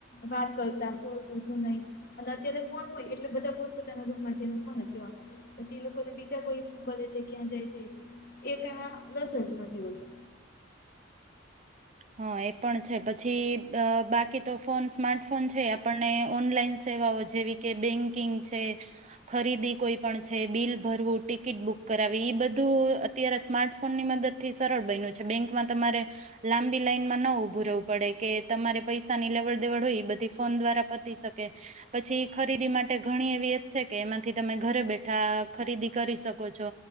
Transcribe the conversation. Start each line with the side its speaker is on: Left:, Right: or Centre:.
Left: વાત કરતા શું હતું શું નહી અત્યારે ફોન હોય એટલે બધા પોતપોતાના દુઃખમાં છે ને ફોન જ જોવા મળતો પછી એ લોકોને બીજા કોઈ શું કરે છે ક્યાં જાય છે એ કેમાં રસ જ નથી હોતો
Right: હા એ પણ છે પછી અ બાકી તો ફોન સ્માર્ટફોન છે આપણને ઓનલાઈન સેવાઓ જેવી કે બેંકિંગ છે ખરીદી કોઈ પણ છે બિલ ભરવું ટિકિટ બુક કરાવી એ બધું અત્યારે સ્માર્ટફોનની મદદ થી સરળ બન્યું છે બેંકમાં તમારે લાંબી મા ન ઉભું રહેવું પડે કે તમારે પૈસા ની લેવડ દેવડ હોય એ બધ ફોન દ્વારા પતી શકે પછી ખરીદી માટે ઘણી એવી એપ છે કે એમાંથી તમે ઘરે બેઠા ખરીદી કરી શકો છો